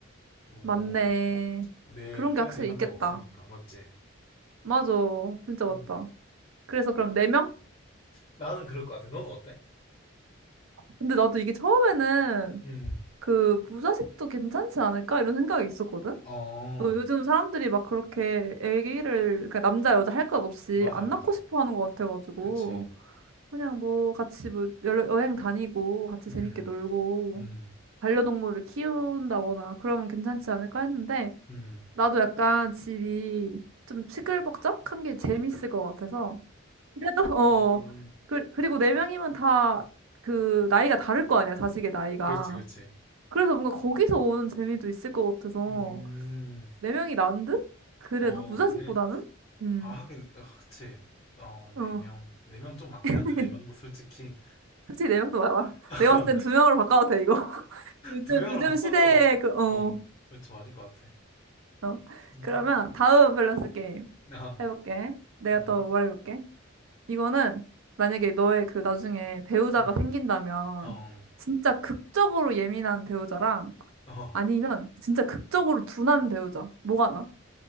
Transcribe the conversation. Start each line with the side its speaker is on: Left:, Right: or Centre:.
Left: 또,
Right: 맞네.
Left: 어, 내
Right: 그런
Left: 편이
Right: 게 확실히
Left: 한
Right: 있겠다.
Left: 명 없으니까. 맞지?
Right: 맞아. 진짜 맞다.
Left: 음.
Right: 그래서 그럼
Left: 그-
Right: 네명
Left: 나는 그럴 것 같아. 너는 어때?
Right: 근데 나도 이게 처음에는
Left: 음.
Right: 그 무자식도 괜찮지 않을까? 이런 생각이 있었거든?
Left: 어,
Right: 너 요즘 사람들이 막 그렇게 애기를, 그러니까 남자, 여자 할 것 없이
Left: 맞아,
Right: 안
Left: 맞아.
Right: 낳고 싶어 하는 것 같아가지고.
Left: 그치.
Right: 그냥 뭐 같이 뭐 여- 여행 다니고 같이
Left: 음,
Right: 재밌게 놀고
Left: 음,
Right: 반려동물을 키운다거나 그러면 괜찮지 않을까 했는데
Left: 음.
Right: 나도 약간 집이 좀 시끌벅적한 게 재밌을 것 같아서 그래도 <laughs> 어
Left: 음,
Right: 그, 그리고 네 명이면 다 그 나이가 다를 거 아니야 자식의 나이가
Left: 그렇지, 그렇지.
Right: 그래서 뭔가 거기서 오는 재미도 있을 것 같아서
Left: 음,
Right: 네 명이 난 듯? 그래도
Left: 어,
Right: 무자식보다는?
Left: 그래.
Right: 음,
Left: 아, 하긴, 아, 그치. 어,
Right: 어.
Left: 네 명. 네 명 좀 많긴
Right: <laughs>
Left: 한데, 네 명도 솔직히.
Right: 솔직히 네 명도 많아.
Left: <laughs>
Right: 내가 봤을 땐 두 명으로 바꿔도 돼, 이거. 요즘,
Left: 두 명으로
Right: 요즘
Left: 바꿔도,
Right: 시대에 그, 어,
Left: 어, 그치, 맞을 것 같아.
Right: 어.
Left: 음,
Right: 그러면 다음 밸런스 게임
Left: 아,
Right: 해볼게. 내가
Left: 음,
Right: 또 말해볼게. 이거는 만약에 너의 그 나중에 배우자가
Left: 음,
Right: 생긴다면
Left: 어, 음.
Right: 진짜 극적으로 예민한 배우자랑
Left: 어.
Right: 아니면 진짜 극적으로 둔한 배우자. 뭐가 나?